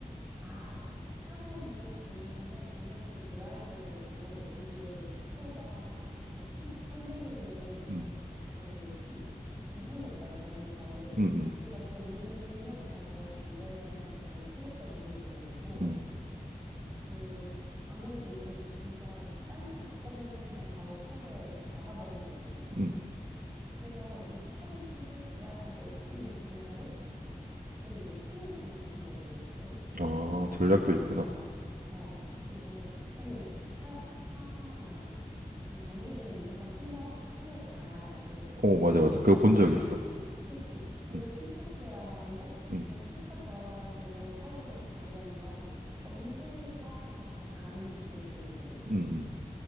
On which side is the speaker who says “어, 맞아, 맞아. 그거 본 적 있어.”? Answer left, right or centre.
Right